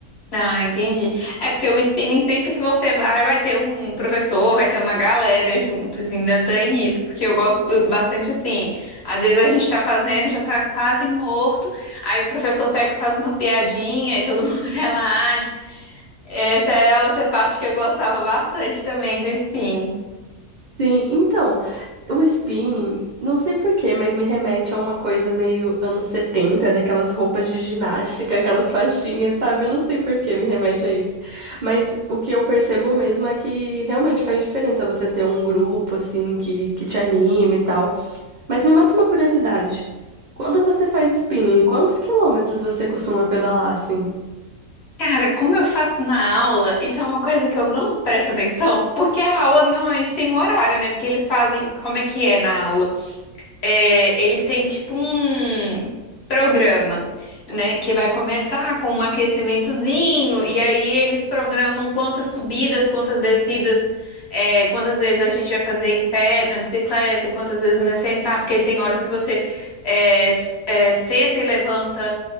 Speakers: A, on the left; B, on the right.
A: Ah, entendi. É porque o spinning, sempre que você vai, vai ter um professor, vai ter uma galera juntos, ainda tem isso, porque eu gosto do- bastante assim. Às vezes a gente tá fazendo, já tá quase morto, aí o professor pega e faz uma piadinha e todo <laughs> mundo relaxa. Essa era a outra parte que eu gostava bastante também do spinning.
B: Sim, então, o spinning, não sei por quê, mas me remete a uma coisa meio anos 70, daquelas roupas de ginástica, aquelas faixinhas, sabe? Eu não sei por que me remete a isso. Mas o que eu percebo mesmo é que realmente faz diferença você ter um grupo, assim, que, que te anime e tal. Mas me mata uma curiosidade. Quando você faz spinning, quantos quilômetros você costuma pedalar, assim?
A: Cara, como eu faço na aula, isso é uma coisa que eu não presto atenção, porque a aula normalmente tem um horário, né? Porque eles fazem, como é que é na aula? é, eles têm tipo um programa, né, que vai começar com um aquecimentozinho e aí eles programam quantas subidas, quantas descidas, é, quantas vezes a gente vai fazer em pé, na bicicleta, e quantas vezes vai sentar, porque tem horas que você é, s- é, senta e levanta